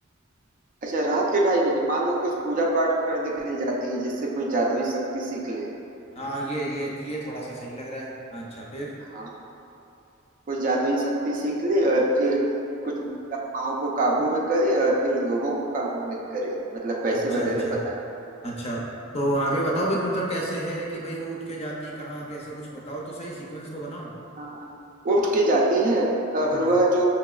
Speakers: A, on the right; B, on the left.
A: अच्छा रात के ढाई बजे मान लो कुछ पूजा पाठ करने के लिए जाती है जिससे कोई जादुई शक्ति सीख ले
B: हाँ ये ये ये थोड़ा सा सही लग रहा है अच्छा फिर
A: हाँ कोई जादुई शक्ति सीख ले और फिर कुछ बुरी आत्माओं को काबू में करे और फिर लोगों को काबू में करे मतलब पैसे
B: अच्छा
A: वगैरह
B: अच्छा
A: बनाए
B: अच्छा तो आगे बताओ बस मतलब कैसे है कि भाई वो उठ के जाती कहाँ कैसे कुछ बताओ तो सही सीक्वेंस तो बनाओ
A: हाँ उठ के जाती है और
B: हम्म
A: वह जो